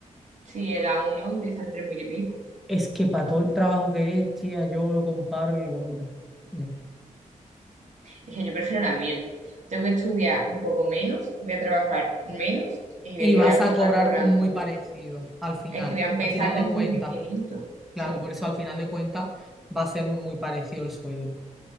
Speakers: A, on the right (about 65°); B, in the centre.
A: sí, el a uno empieza en tres mil y pico.
B: Es que para todo el trabajo que es, tía, yo lo comparo y digo, mira, no.
A: Dije, yo prefiero la mía. Tengo que estudiar un poco menos, voy a trabajar menos y
B: Y
A: de que
B: vas
A: voy a empezar
B: a cobrar
A: cobrando.
B: muy parecido al final,
A: Es que voy a empezar
B: al final
A: con
B: de cuentas.
A: dos mil quinientos
B: Claro,
A: Sí,
B: por eso al final de cuentas va a ser muy parecido el sueldo.